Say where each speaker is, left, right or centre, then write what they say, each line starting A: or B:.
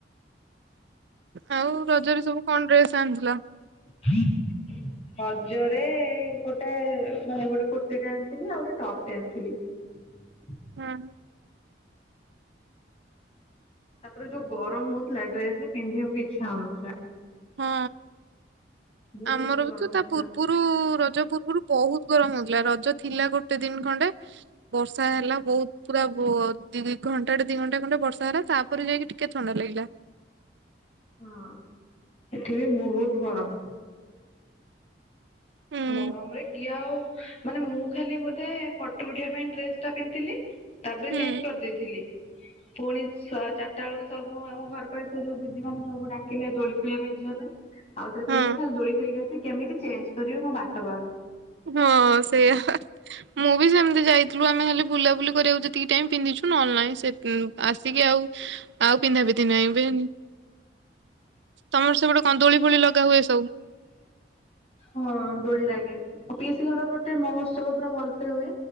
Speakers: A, on the right; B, on the left.
A: ଆଉ ରଜରେ ସବୁ କଣ ଡ୍ରେସ ଆଣିଥିଲ?
B: ନ <inaudible> ରଜରେ ଗୋଟେ ମାନେ ଗୋଟେ କୁର୍ତ୍ତୀଟେ ଆଣିଥିଲି ଆଉ ଗୋଟେ ଟପ୍ ଟେ ଆଣିଥିଲି। ହ <unintelligible>
A: ହଁ।
B: ତାପରେ ଯୋଉ ଗରମ ହଉଥିଲା ଡ୍ରେସ ବି ପିନ୍ଧିବାକୁ ଇଚ୍ଛା ହଉନଥିଲା।
A: ହଁ
B: ବହୁତ
A: ଆମର ବି
B: ଗରମ
A: ତୁ ତା
B: ହଉଥିଲା
A: ପୂର୍ ପୂର୍ବୁରୁ ରଜ ପୂର୍ବରୁ ବହୁତ ଗରମ ହଉଥିଲା ରଜ ଥିଲା ଗୋଟେ ଦିନି ଖଣ୍ଡେ। ବର୍ଷା ହେଲା ବହୁତ ପୁରା ଦି ଘଣ୍ଟାଟେ ଦି ଘଣ୍ଟା ଖଣ୍ଡେ ବର୍ଷା ହେଲା ତା ପରେ ଯାଇକି ଟିକେ ଥଣ୍ଡା ଲାଗିଲା।
B: ହଁ ଏଠି ବି ବହୁତ ଗରମ।
A: ହୁଁ
B: ଗରମରେ କିଏ ଆଉ ମାନେ ମୁଁ ଖାଲି ବୋଧେ ଫଟୋ ଉଠେଇବା ପାଇଁ ଡ୍ରେସ ଟା ପିନ୍ଧିଥିଲି। ତାପରେ
A: ହୁଁ
B: ଚେଞ୍ଜ କରିଦେଇଥିଲି। ପୁଣି ଚାରିଟା ବେଳକୁ ସବୁ ଆମ ଘର ପାଇଁ ସେ ଯୋଉ ଦିଦି ମାନେ ସବୁ ଡାକିଲେ ଦୋଳି ଖେଳିବା ପାଇଁ ଯିବା ପାଇଁ। ଆଉ ଥରେ ପିନ୍ଧିକି
A: ହଁ
B: ଖାଲି ଦୋଳି ଖେଳିକି ଆସିକି କେମିତି ଚେଞ୍ଜ କରିବି ମୁଁ ବାଟ ପାଉନି।
A: ହଁ ସେଇଆ। ମୁଁ ବି ସେମିତି ଯାଇଥିଲୁ ଆମେ ଖାଲି ବୁଲାବୁଲି କରିବାକୁ ଯେତିକି ଟାଇମ ପିନ୍ଧିଚୁ ନହେଲେ ନାଇଁ ସେ ଆସିକି ଆଉ ଆଉ ପିନ୍ଧା ପିନ୍ଧି ନାଇ ଏବେ ତମର ସେପଟେ ହଁ ଦୋଳି ଫୁଳି ଲଗା ହୁଏ ସବୁ।
B: ହଁ ଦୋଳି ଲାଗେ ଆଉ ପିଇସି ଘର ପ ସେଠି ମହୋତ୍ସବ ପୁରା ଭଲସେ ହୁଏ